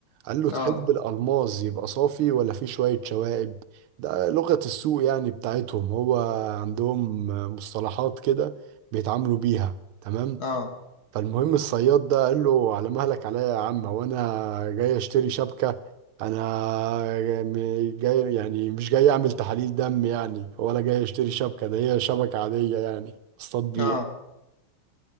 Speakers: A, on the right; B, on the left.
A: قال له تحب
B: اه
A: الالماس يبقى صافي ولا فيه شويه شوائب ده لغه السوق يعني بتاعتهم هو عندهم مصطلحات كده بيتعاملوا بيها تمام
B: اه
A: فالمهم الصياد ده قال له على مهلك عليا يا عم وانا جاي اشتري شبكة انا م- جاي يعني مش جاي اعمل تحاليل دم يعني ولا جاي اشتري شبكة ده هي شبكة عادية يعني اصطاد بيها
B: اه